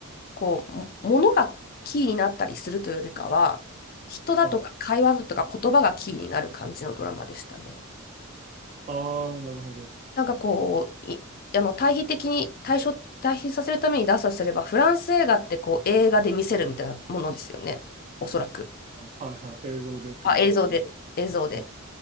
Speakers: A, on the left (about 40°); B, on the right (about 30°).
A: こう、も物がキーになったりするというよりかは、人だとか会話だとか言葉がキーになる感じのドラマでしたね。
B: いはい。ああ、なるほど。
A: なんかこう、い、あの、対比的に対処、対比させるために出すとすれば、フランス映画ってこう映画で見せるみたいなものですよね。おそらく。
B: はいはい。映像でってことですね。
A: あ、映像で。映像で。
B: はい